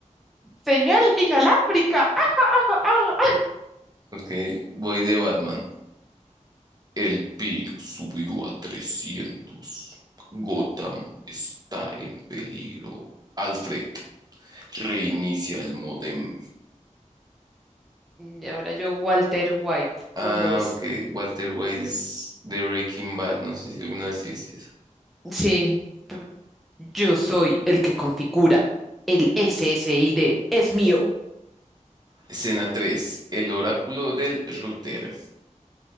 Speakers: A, in the centre; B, on the right.
A: Señal inalámbrica. ¡Ah, ah!
B: Ok, voy de Batman. El ping subió a 300. Gotham está en peligro. Alfred, reinicia el modem.
A: Y ahora yo, Walter White, con
B: Ah,
A: voz.
B: ok. Walter White es de Breaking Bad. No sé si alguna vez viste eso.
A: Sí, p- yo soy el que configura. El SSID es mío.
B: Escena 3. El oráculo del router.